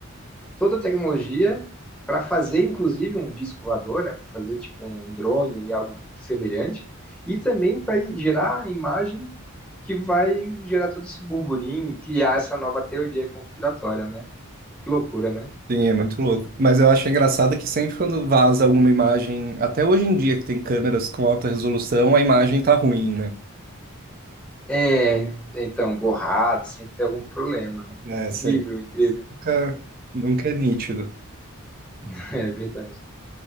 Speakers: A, in the centre; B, on the right (about 40°).
A: toda a tecnologia para fazer, inclusive, um disco voador, né? Para fazer tipo um drone ali, algo semelhante, e também para gerar a imagem que vai gerar todo esse burburinho e criar essa nova teoria conspiratória, né? Que loucura, né?
B: Sim, é muito louco. Mas eu acho engraçado que sempre quando vaza alguma imagem, até hoje em dia que tem câmeras com alta resolução, a imagem tá ruim, né?
A: É, então, borrado, sempre tem algum problema, né?
B: É,
A: Incrível,
B: isso aí
A: incrível.
B: nunca, nunca é nítido.
A: <laughs> É verdade.